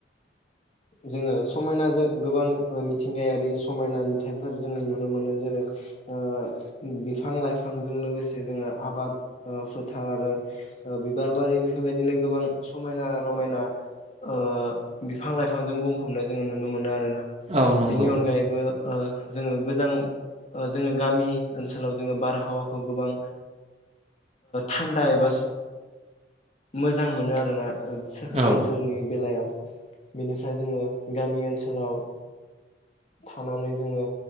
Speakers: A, on the left (about 35°); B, on the right (about 35°).
A: जोङो समायना जो ओ गोबां मिथिंगायारि समायना नुथायफोर जों नुनो मोनो जेरै ओ बिफां लाइफांजों लोगोसे जोङो आबाद ओ फोथार आरो ओ बिबार बारि बेफोरबायदिनो गोबां समायना रमायना ओ बिफ फां लाइफांजों बुंफबनाय जोङो नुनो मोनो आरोना
B: औ नंगौ
A: बिनि अनगायैबो ओ जोङो गोजां ओ जोङो गामि ओनसोलाव जोङो बारहावाखौ गोबां थान्दा एबा मोजां मोनो आरोना। सोहोर
B: औ
A: ओनसोलनि बेलायाव बेनिफ्राय जोङो गामि ओनसोलाव थानानै जोङो